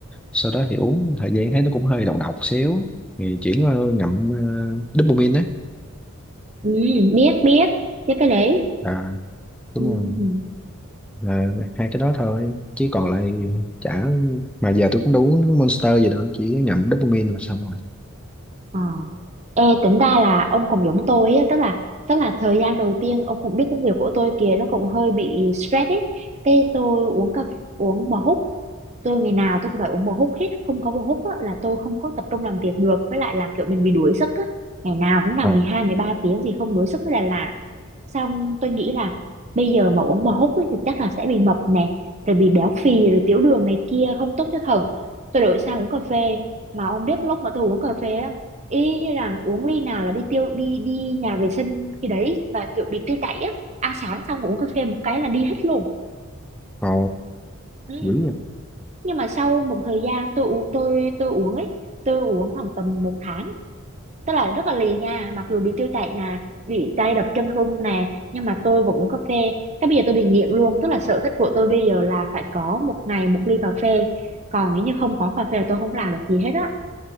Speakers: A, in the centre; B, on the right.
A: Sau đó thì uống thời gian thấy nó cũng hơi độc độc xíu. Thì chuyển qua ngậm uh, dopamine á.
B: Ừ, biết biết, biết cái đấy.
A: À, đúng
B: Ừ.
A: rồi. là hai cái đó thôi chứ còn lại chả mà giờ tôi cũng đâu uống Monster gì đâu chỉ nhậm dopamine là xong rồi
B: Ờ. Ê, tính ra là ông cũng giống tôi á, tức là tức là thời gian đầu tiên ông cũng biết công việc của tôi kìa nó cũng hơi bị stress ấy. Cái tôi uống cà uống bò húc tôi ngày nào tôi cũng phải uống bò húc hết không có bò húc á, là tôi không có tập trung làm việc được với lại là kiểu mình bị đuối sức á ngày nào cũng làm
A: ờ
B: mười hai mười ba tiếng thì không đuối sức mới là lạ xong tôi nghĩ là bây giờ mà uống bò húc ấy, thì chắc là sẽ bị mập nè rồi bị béo phì rồi tiểu đường này kia không tốt cho thận tôi đổi sang uống cà phê mà ông biết lúc mà tôi uống cà phê á y như rằng uống ly nào là đi tiêu đi đi nhà vệ sinh khi đấy mà kiểu bị tiêu chảy á ăn sáng xong uống cà phê một cái là đi hết luôn
A: ờ
B: ừ
A: dữ vậy
B: nhưng mà sau một thời gian tôi uống tôi tôi uống ấy tôi uống khoảng tầm một tháng tức là rất là lì nha mặc dù bị tiêu chảy nè bị tay đập chân run nè nhưng mà tôi vẫn uống cà phê cái bây giờ tôi bị nghiện luôn tức là sở thích của tôi bây giờ là phải có một ngày một ly cà phê còn nếu như không có cà phê là tôi không làm được gì hết á